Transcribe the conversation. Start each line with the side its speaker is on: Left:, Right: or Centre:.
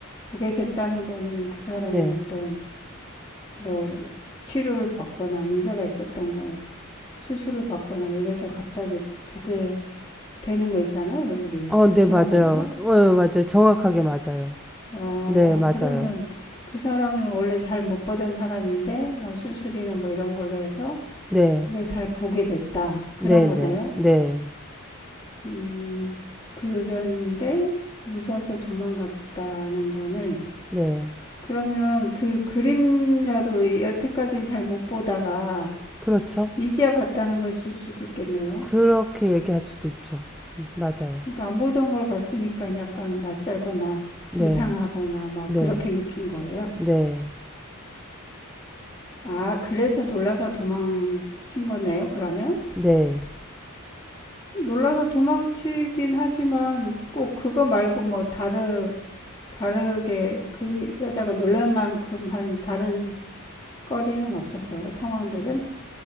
Left: 보게 됐다는 거는 그 사람이
Centre: 네.
Left: 어떤 뭐 치료를 받거나 문제가 있었던 걸 수술을 받거나 이래서 갑자기 보게 되는 거 있잖아요, 우리.
Centre: 어, 네
Left: 그런
Centre: 맞아요.
Left: 거예요?
Centre: 어, 맞아요. 정확하게 맞아요.
Left: 어,
Centre: 네, 맞아요.
Left: 그러면 그 사람이 원래 잘 못 보던 사람인데, 뭐 수술이나 뭐 이런 걸로 해서
Centre: 네,
Left: 이제 잘 보게 됐다. 그런
Centre: 네,
Left: 거네요?
Centre: 네, 네,
Left: 음, 그런데 무서워서 도망갔다는 거는,
Centre: 네.
Left: 그러면 그 그림자도 여태까지는 잘 못 보다가
Centre: 그렇죠.
Left: 이제야 봤다는 것일 수도 있겠네요.
Centre: 그렇게 얘기할 수도 있죠. 맞아요.
Left: 그러니까 안 보던 걸 봤으니까 약간 낯설거나
Centre: 네,
Left: 이상하거나 막
Centre: 네,
Left: 그렇게 느낀 거예요.
Centre: 네,
Left: 아, 그래서 놀라서 도망친 거네요, 그러면?
Centre: 네.
Left: 놀라서 도망치긴 하지만 꼭 그거 말고 뭐 다르, 다르게 그 여자가 놀랄 만큼 한 다른 거리는 없었어요, 상황들은?